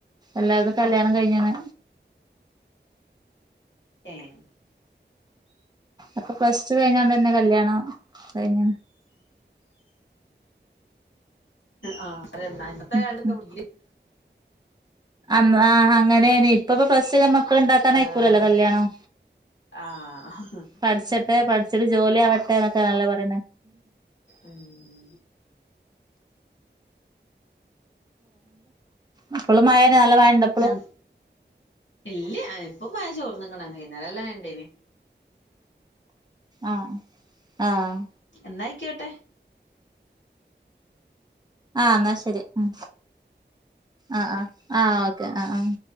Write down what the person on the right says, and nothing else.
എല്ലാവർക്കും കല്യാണം കഴിഞ്ഞേണ്
അപ്പൊ പ്ലസ് ടു കഴിഞ്ഞാണ്ട്ന്നാ കല്യാണം കഴിഞ്ഞു
ഉം
ഉം
ആഹ് അങ്ങനെ ഇപ്പ ഇപ്പോ പ്ലസ്ടു മക്കളിണ്ടാക്കാൻ
അയക്കൂലല്ലോ കല്യാണം
പഠിച്ചിട്ടെ പഠിച്ചിട്ട് ജോലി ആവട്ടെ എന്നൊക്കെ അല്ലെ പറയണേ
ഇപ്പളും മഴന്ന നല്ല മഴയിണ്ടൊ
ആഹ് ആഹ്
ആഹ് എന്നാ ശരി ഉം ആഹ് ആഹ് ആഹ് ഓക്കെ ആഹ് ആഹ്